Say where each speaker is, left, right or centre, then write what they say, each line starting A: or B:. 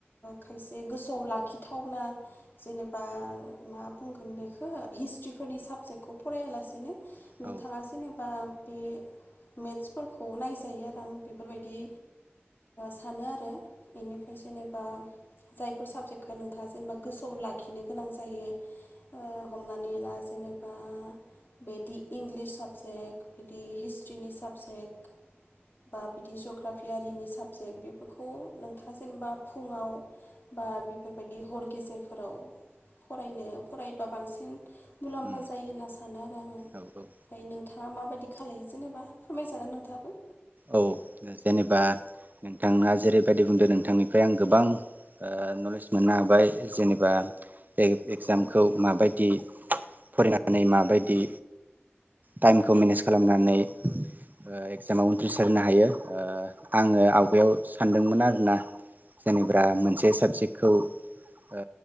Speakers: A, on the left (about 55°); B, on the right (about 40°).
A: खायसे गोसोआव लाखिथावना जेनेबा मा बुंगोन बेखौ हिस्ट्रिफोरनि साबजेक्टखौ फरायालासेनो नोंथाङा
B: औ
A: जेनेबा बे मेथसफोरखौ नायजायो आरो आं बेफोरबायदि सानो आरो बेनिफ्राय जेनेबा जायफोर साबजेक्टखो नोंथाङा जेनेबा गोसोआव लाखिनो गोनां जायो ओ हमनानै ला जेनेबा बेदि इंलिस साबजेक्ट बिदि हिस्ट्रिनि साबजेक्ट बा बिदि जग्राफिआरिनि साबजेक्ट बेफोरखौ नोंथाङा जेनेबा फुङाव बा बेफोरबायदि हर गेजेरफोराव फरायनो फरायबा बांसिन मुलाम्फा
B: उम
A: जायो होनना सानो आरो आङो ओमफ्राय
B: औ औ
A: नोंथाङा माबायदि खालायो जेनेबा फोरमायजागोन नोंथाङाबो
B: औ जेनेबा नोंथांना जेरैबायदि बुंदों नोंथांनिफ्राय आं गोबां ओ नलेज मोननो हाबाय जेनेबा एग एजामखौ
A: औ
B: माबायदि फरायनानै माबायदि टाइमखौ मेनेज खालामनानै ओ एक्जामाव उथ्रिसारनो हायो ओ आङो आवगायाव सानदोंमोन आरोना जेनेब्रा मोनसे साबजेक्टखौ ओ